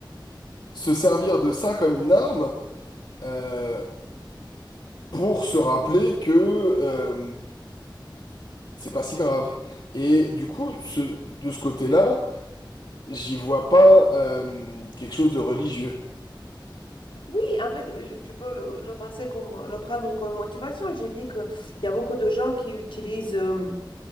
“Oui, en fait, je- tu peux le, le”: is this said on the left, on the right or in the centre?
Left